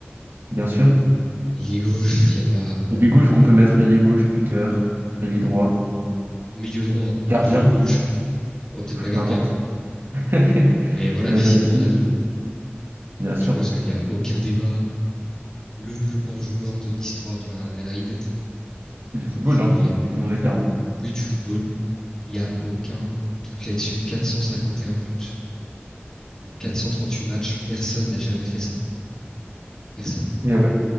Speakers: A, on the right (about 60°); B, on the left (about 15°).
A: bien sûr.
B: L'ailier gauche, il n'y a pas
A: Ailier gauche qu'on peut mettre ailier gauche, buteur, ailier droit,
B: milieu droit,
A: gardien,
B: milieu gauche. Bon, peut-être
A: pff,
B: pas gardien,
A: n'importe. <laughs>
B: mais voilà,
A: On
B: Cristiano
A: n'a jamais essayé,
B: Ronaldo.
A: bien sûr.
B: Je pense qu'il n'y a aucun débat. Le plus grand joueur de l'histoire du Real Madrid.
A: C'est du football,
B: Je...
A: hein,
B: il y a-
A: disons les termes.
B: Oui, du football. Il n'y a aucun doute là-dessus. 451 buts En 438 matchs, personne n'a jamais fait ça. Personne.
A: Et ouais,